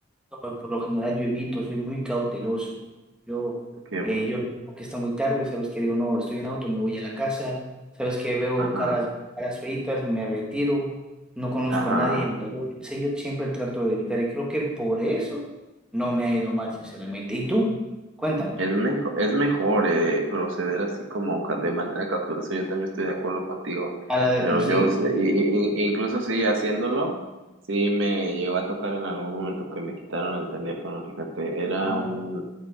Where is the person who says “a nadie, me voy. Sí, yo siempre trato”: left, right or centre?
Centre